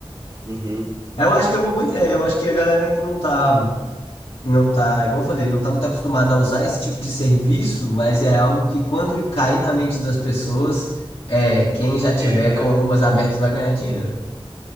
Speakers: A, on the right; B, on the left.
A: Uhum.
B: Eu acho que é uma boa ideia. Eu acho que a galera ainda não tá, não tá, igual eu falei, não tá muito acostumada a usar esse tipo de serviço, mas é algo que quando cair na mente das pessoas, é, quem já tiver
A: É, quando
B: com
A: a
B: umas abertas vai ganhar dinheiro.